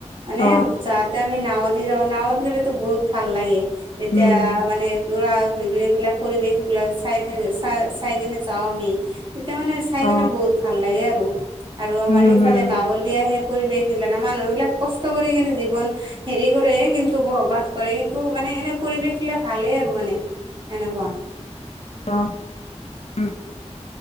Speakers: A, on the right (about 45°); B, on the left (about 60°).
A: মানে
B: অ
A: যাতে আমি নাওঁত- যাব নাওঁত গ'লেতো বহুত ভাল লাগে। তেতিয়া
B: উম
A: মানে- এইবিলাক পৰিৱেশ এইবিলাক চাই থাক চাই চাই কেনে যাওঁ আমি তেতিয়া মানে- চাই
B: অ
A: কিনে বহুত ভাল লাগে আৰু। আৰু আমাৰ
B: উম
A: সেইফালে
B: হম
A: গাঁৱলীয়া হে- পৰিৱেশ দিলে। মানুহবিলাক কষ্ট কৰি কিনে জীৱন হেৰি কৰে কিন্তু বসবাস কৰে। কিন্তু মানে- এনেই পৰিৱেশ বিলাক ভালেই আৰু মানে এনেকুৱা।
B: অঁহ উম'